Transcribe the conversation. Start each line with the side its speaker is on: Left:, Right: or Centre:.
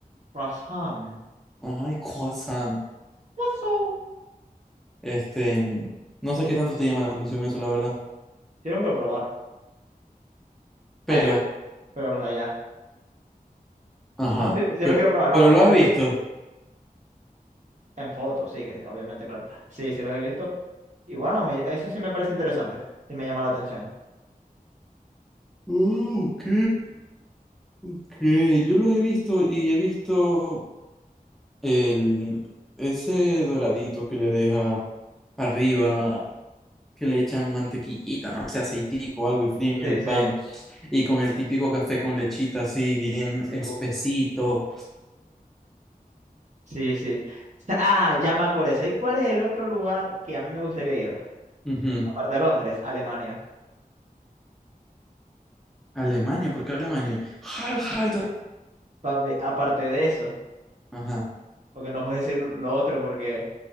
Right: <laughs> Croissant.
Centre: Ajá, y croissant.
Right: Croissant.
Centre: Este, no sé qué tanto te llama la atención eso, la verdad.
Right: Sí lo quiero probar.
Centre: Pero,
Right: Allá, pero los de allá.
Centre: ajá.
Right: No, sí, sí
Centre: Pero,
Right: lo quiero probar.
Centre: pero
Right: No, no,
Centre: lo
Right: sí
Centre: has
Right: los-
Centre: visto.
Right: sí- en fotos, sí, que obviamente, claro. Sí, sí los he visto. Y bueno, me- eso sí me parece interesante. Sí me llama la atención.
Centre: Oh, ok, ok. Yo los he visto y he visto el, ese doradito que le deja arriba, que le echan mantequillita, no sé, aceitico o algo y fríen
Right: Sí,
Centre: el pan.
Right: sí.
Centre: Y con el típico café con lechita así, bien
Right: Uf.
Centre: espesito.
Right: Sí, sí. Ah, ya me acordé. ¿y cuál es el otro lugar que a mí me gustaría ir?
Centre: Ujú.
Right: Aparte de Londres, Alemania.
Centre: Alemania, ¿por qué Alemania? Heil Hitler.
Right: Papi, aparte de eso,
Centre: Ajá,
Right: porque no puedes decir lo otro porque